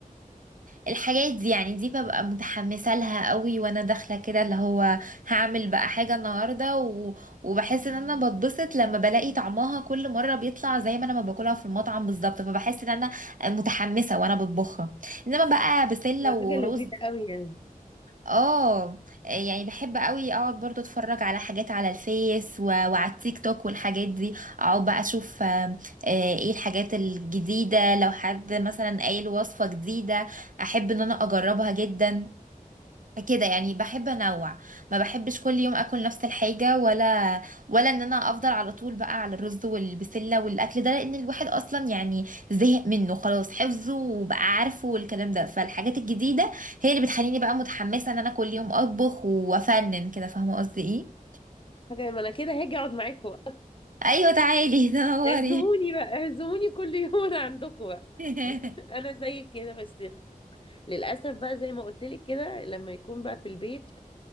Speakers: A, on the right; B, on the left.
A: الحاجات دي يعني دي ببقى متحمسة لها قوي وانا داخلة كده اللي هو هعمل بقى حاجة النهاردة و... وبحس ان انا بتبسط لما بلاقي طعمها كل مرة بيطلع زي ما انا ما باكلها في المطعم بالظبط فبحس ان انا متحمسة وانا بطبخها انما بقى بسلة
B: ده
A: ورز
B: حاجه لذيذه قوي يعني
A: اه يعني بحب قوي اقعد برضو اتفرج على حاجات على الفيس و... وعلى التيك توك والحاجات دي اقعد بقى اشوف آم، آه، ايه الحاجات الجديدة لو حد مثلا قايل وصفة جديدة احب ان انا اجربها جدا كده يعني بحب انوع ما بحبش كل يوم اكل نفس الحاجه ولا ولا ان انا افضل على طول بقى على الرز والبسله والاكل ده لان الواحد اصلا يعني زهق منه خلاص حفظه وبقى عارفه والكلام ده فالحاجات الجديده هي اللي بتخليني بقى متحمسه ان انا كل يوم اطبخ وافنن كده فاهمه قصدي ايه
B: حاجه ما انا كده هاجي اقعد معاكم بقى
A: ايوه تعالي تنوري
B: <laughs> اعزموني بقى اعزموني كل يوم انا عندكم بقى
A: <laughs>
B: <laughs> انا زي كده بس للاسف بقى زي ما قلت لك كده لما يكون بقى في البيت